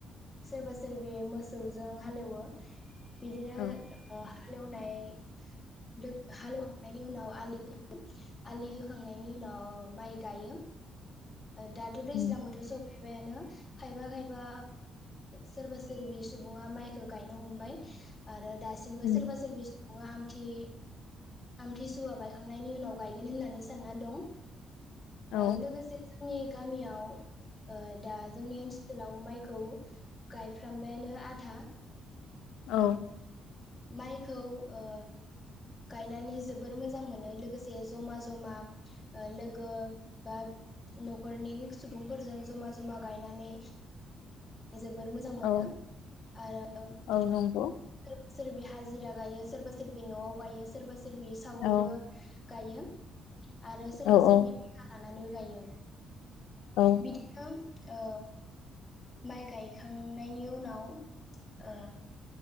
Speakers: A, on the left; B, on the left.
A: सोरबा सोरबि मोसौजों हालेवो। बिदिनो
B: औ
A: ओ हालेवनाय लो-हालेवखांनायनि उनाव आलि आलि होखांनायनि उनाव माइ गायो। दाथ' दैज्लां
B: उम
A: बोथोर स स'फैबायानो खायफा खायफा सोरबा सोरबि सुबुङा माइखौ गायनो हमबाय आरो। दासिमबो
B: उम
A: सोरबा सोरबि आमथि आमथिसुवा बायखांनायनि उनाव गायगोन होननानै सानना दं।
B: औ
A: ओ लोगोसे <unintelligible> जोंनि गामियाव ओ दा जोंनि ओनसोलाव माइखौ गायफ्रामबायानो आधा ।
B: औ
A: माइखौ ओ गायनानै जोबोर मोजां मोनो लोगोसे जमा-जमा ओ लोगो बा नखरनि सुबुंफोरजों जमा-जमा गायनानै जोबोर मोजां मोनो
B: औ
A: आरो सोरबा
B: औ नंगौ
A: सोरबि हाजिरा गायो सोरबा सोरबि न'आव गायो सोरबा सोर सोरबि सावरिबो
B: औ
A: गायो । आरो सोरबा
B: औ
A: सोरबि
B: औ
A: <unintelligible> नानैबो गायो
B: औ
A: बिदिनो ओ माइ गायखांनायनि उनाव ओ